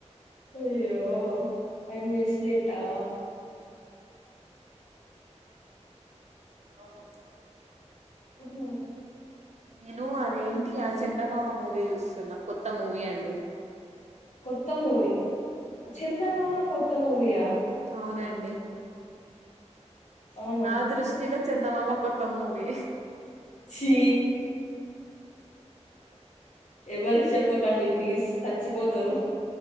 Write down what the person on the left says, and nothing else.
అయ్యో వెడ్నెస్ డేటా
ఉహు
కొత్త మూవి వచ్చింది ఇంతలోనే కొత్త మూవీ యా
అవునా
చి ఎవరికి చెప్పకండి ప్లీజ్ చచ్చిపోతారు